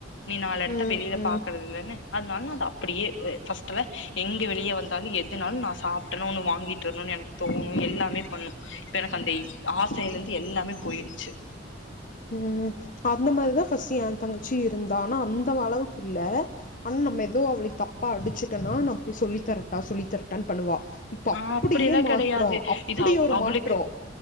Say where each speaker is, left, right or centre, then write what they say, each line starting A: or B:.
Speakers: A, on the left; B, on the left.
A: நீ நாலு எடத்த
B: ம்
A: வெளில
B: ம்
A: பாக்குறது இல்லன்னு அதனால நா அது அப்படியே அ ஃபர்ஸ் டல்லா எங்க வெளிய வந்தாலு எதுனாலு நா சாப் டணு ஒன்னு வாங்கிட்டு வரணுன்னு என க்கு எல்லாமே பண்ணு இப்ப எனக்கு அந்த ஆசையில இருந்து எல்லாமே போயிடுச்சு
B: ம் அந்த மாரிதா ஃபஸ்ட்டு ஏன் தங்க ச்சி இருந்தா ஆனா அந்த அளவுக்கு இல்ல ஆனா நம்ம எதோ அவளுக்கு தப்பா அடிச்சுட்டேன்னா நா போய் சொல்லித்தரட்டா சொல்லித்தரட்டானு பண்ணுவா. இப்ப அப்டியே
A: ஆ அப்பிடி எல்லா
B: மாற்றோ
A: கெடையாது.
B: அப்டி
A: இது அவ
B: ஒரு
A: அவளுக்கு
B: மாற்றோ